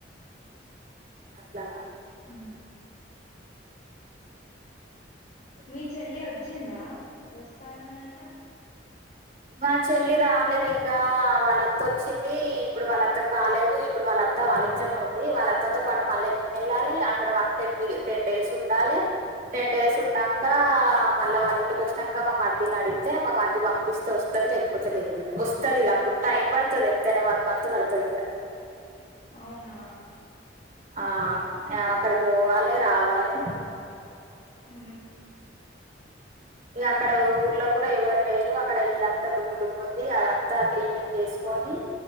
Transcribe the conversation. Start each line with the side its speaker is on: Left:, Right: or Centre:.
Right: అట్లనా
Left: ఉ
Right: అే
Left: మీ చెల్లి వచ్చిందా వస్తా అన్నదంట
Right: మా చెల్లి రాలేదు ఇంకా వాళ్ళ అత్త వచ్చింది ఇప్పుడు వాళ్ళ అత్తకు బాలేదు ఇపు ఇప్పుడు వాళ్ళ అత్త వాళ్ళ ఇంట్లోనే ఉంది వాళ్ళ అత్తతో పాటు మల్ల ఈమె ఎల్లాలే అక్కడ వన్ టెన్ టెన్ డేస్ ఉండాలే టెన్ డేస్ ఉన్నాక మల్ల వాళ్ళ ఇంటికి వచ్చినాక మా మరదిని అడిగితే మా మరది పంపిస్తే వస్త ఉంటది లేకపోతే లేదు ఇక వస్తది ఇక అప్పుడు టైం పడతది ఎంతైనా వన్ మంత్ పడతది ఇంకా
Left: అవునా
Right: ఆ ఆవే అక్కడ పోవాలే రావాలే
Left: ఉ
Right: ఇక అక్కడ ఊర్లో కూడా ఎవరు లేరు అక్కడ ఇల్లంతా దుమ్ము దుమ్ము ఉంది అదంతా క్లీనింగ్ చేసుకొని